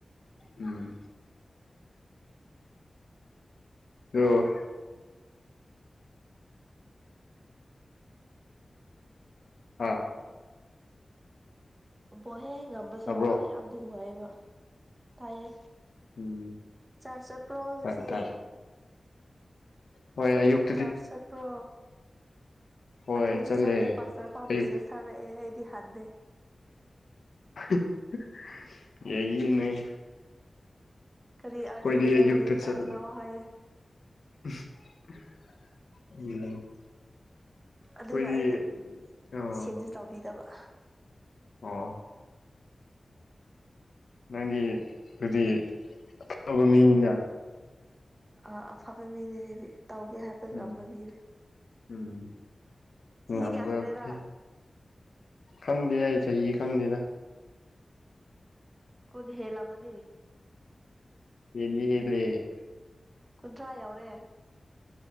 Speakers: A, on the left; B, on the right.
A: ꯎꯝ ꯑꯣ <unintelligible> <unintelligible> ꯑꯥ
B: ꯕꯣꯜ ꯍꯦꯛ ꯉꯝꯕꯁꯦ
A: ꯇꯥꯕ꯭ꯔꯣ
B: ꯋꯥꯈꯜ ꯌꯥꯝꯗꯤ ꯅꯨꯡꯉꯥꯏꯕ ꯇꯥꯏꯌꯦ
A: ꯎꯝ
B: ꯆꯥꯔ꯭ꯆ ꯆꯠꯄ꯭ꯔꯣ ꯉꯁꯤ
A: ꯇꯥꯏ ꯇꯥꯏ ꯍꯣꯏ ꯑꯌꯨꯛ
B: ꯆꯥꯔꯖ ꯆꯠꯄ꯭ꯔꯣ
A: ꯍꯣꯏ
B: ꯑꯩꯈꯣꯏꯗꯤ
A: ꯆꯠꯂꯦ
B: ꯆꯠꯇꯦ ꯄꯥꯁꯇꯔ ꯐꯥꯎ <unintelligible>
A: ꯑꯌꯨꯛ
B: <unintelligible> ꯑꯩꯗꯤ ꯍꯟꯗꯦ
A: <unintelligible> ꯌꯥꯏꯌꯦ ꯅꯪ
B: ꯀꯔꯤ ꯑꯥꯖꯦꯗꯨꯗ
A: ꯑꯩꯈꯣꯏꯗꯤ ꯑꯌꯨꯛꯇ
B: ꯍꯥꯏꯑꯌꯦ
A: ꯆꯠꯂꯦ
B: ꯆꯥꯔꯠ ꯂꯥꯛꯑꯣ ꯍꯥꯏꯑꯌꯦ
A: <unintelligible> ꯎꯝ ꯑꯩꯈꯣꯏꯗꯤ
B: ꯑꯗꯨꯒ ꯑꯩꯅ
A: ꯑꯣ
B: ꯁꯦꯟꯁꯨ ꯇꯧꯕꯤꯗꯕ
A: ꯑꯣ ꯅꯪꯒꯤ ꯑꯗꯨꯗꯤ ꯑꯐꯕ ꯃꯤꯅꯤꯅ
B: ꯑ ꯑꯐꯕ ꯃꯤꯗꯤ ꯑꯩꯗꯤ ꯇꯧꯒꯦ ꯍꯥꯏꯕ
A: ꯎꯝ
B: ꯉꯝꯕ ꯃꯤꯅꯦ
A: ꯎꯝ
B: ꯆꯍꯤ
A: ꯉꯝꯕꯈꯩ
B: ꯀꯌꯥ ꯁꯨꯔꯦ ꯅꯪ
A: ꯈꯪꯗꯦ ꯑꯩ ꯆꯍꯤ ꯈꯪꯗꯦꯗ
B: ꯀꯨꯠ ꯍꯦꯟꯂꯝꯃꯅꯤ
A: ꯍꯦꯟꯗꯤ ꯍꯦꯟꯂꯦ
B: ꯀꯨꯟꯊ꯭ꯔꯥ ꯌꯧꯔꯦ